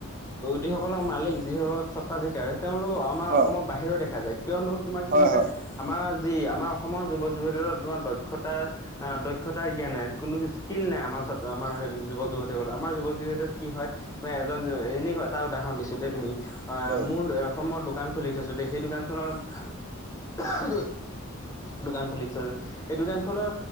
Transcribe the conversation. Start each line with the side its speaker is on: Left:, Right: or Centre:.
Left: যিসকলৰ মালিক যিসকল স্বত্বাধিকাৰী তেওঁলোকৰ আমাৰ
Right: হয়।
Left: অসমৰ বাহিৰৰ দেখা যায় কিয়নো তোমাৰ কি
Right: হয়,
Left: হৈছে।
Right: হয়,
Left: আমাৰ যি আমাৰ অসমৰ যুৱক যুৱতীৰ তোমাৰ দক্ষতাৰ আহ দক্ষতা জ্ঞান নাই কোনো স্কিল নাই আমাৰ আমাৰ যুৱক যুৱতীসকলৰ আমাৰ যুৱক যুৱতীৰ কি হয় তোমাক এজন এনেকুৱা এটা উদাহৰণ দিছো দেই তুমি আহ
Right: হয়।
Left: মোৰ এ অসমৰ দু দোকান খুলি থৈছো সেই দোকানখনত দোকান খুলি থ এই দোকান খনৰ